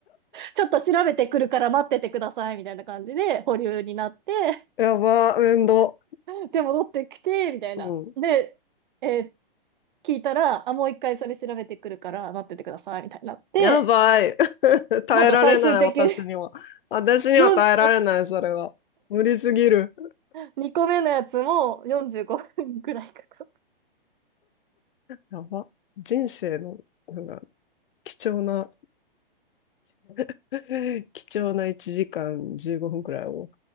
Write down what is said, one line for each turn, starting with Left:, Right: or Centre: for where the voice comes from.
Right: ちょっと調べてくるから待っててください、みたいな感じで保留になって、
Left: <laughs> やば、面倒。
Right: <laughs> で、戻ってきて、みたいな。
Left: うん。
Right: で、えー聞いたら、あ、もう一回それ調べてくるから待っててください、みたいになって、
Left: やばい。<laughs> 耐えられない、
Right: なんか最終的に
Left: 私には。私には耐えられない、
Right: 4、
Left: それは。無理すぎる。
Right: <laughs> 2個目のやつも45分くらいかかっ
Left: やば。人生の、なんか、貴重な、<laughs> 貴重な1時間15分くらいを。